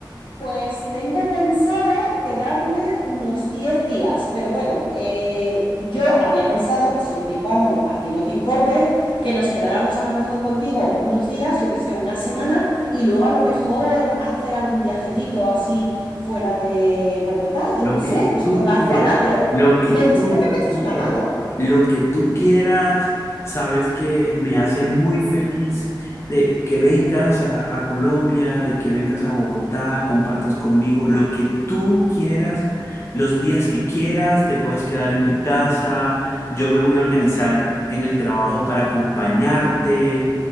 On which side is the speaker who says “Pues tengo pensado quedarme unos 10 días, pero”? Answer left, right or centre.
Left